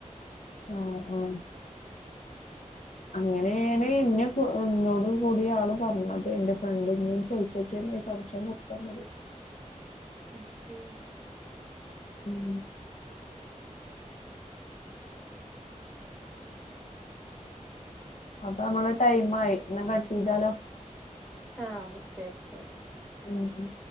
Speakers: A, on the left; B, in the centre.
A: ആഹ് ആഹ് അങ്ങനെയാണ് എന്നെ എന്നോട് കൂടിയ ആള് പറഞ്ഞത് എന്റെ ഫ്രണ്ടിനും ചോയ്ച്ചോ <unintelligible> സംശയം മൊത്തംള്ളത്
B: ഇൻക്കെ
A: ഉം അപ്പൊ നമ്മളെ ടൈം ആയി ന്നാ കട്ട് ചെയ്താലോ
B: ആഹ് ന്നാ ശരി ശരി
A: ഉം ഉം